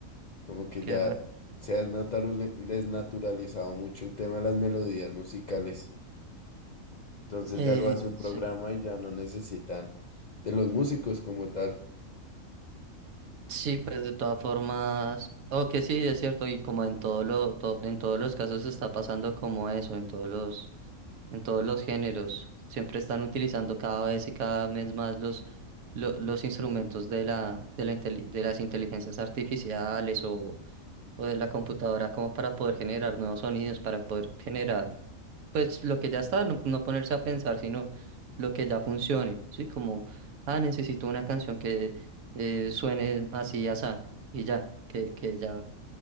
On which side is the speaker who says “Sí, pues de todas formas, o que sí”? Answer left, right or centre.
Right